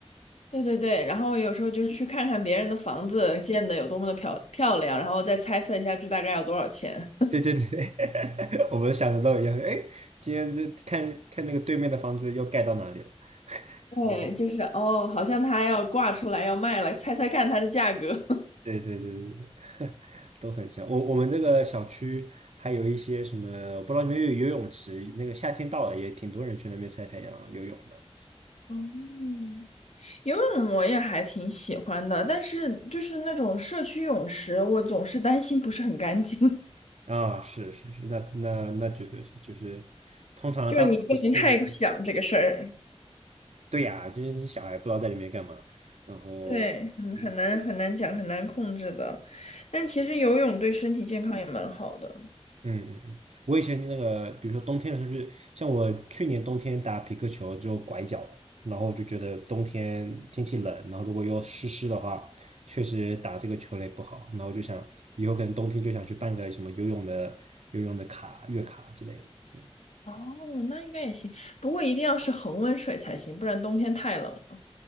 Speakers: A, on the left; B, on the right.
A: 对对对，然后有时候就是去看看别人的房子建的有多么的漂漂亮，然后再猜测一下这大概要多少钱。
B: 对对对，<laughs> 我们想的都一样。哎，今天这看看那个对面的房子又盖到哪里了？
A: <laughs> 对，
B: 然后，
A: 就是哦，好像它要挂出来要卖了，猜猜看它的价格。<laughs>
B: 对对对对对，<laughs> 都很像。我我们这个小区还有一些什么，我不知道你们有游泳池，那个夏天到了也挺多人去那边晒太阳、游泳的。
A: 嗯游泳我也还挺喜欢的，但是就是那种社区泳池，我总是担心不是很干净，
B: 啊、是是是，那那那绝对是，就是通常的大部分都是去那个
A: <laughs> 就是你不能太想这个事儿，
B: 对呀、就是那些小孩不知道在里面干嘛，然后，
A: 对，很很难很难讲，
B: 嗯
A: 很难控制的。但其实游泳对身体健康也蛮好的。
B: 嗯嗯，嗯，我以前那个，比如说冬天的时候是，像我去年冬天打皮克球就拐脚了，然后我就觉得冬天天气冷，然后如果又湿湿的话，确实打这个球类不好，然后我就想以后可能冬天就想去办个什么游泳的游泳的卡、月卡之类的，
A: 哦，那应该也行，不过一定要是恒温水才行，不然冬天太冷了。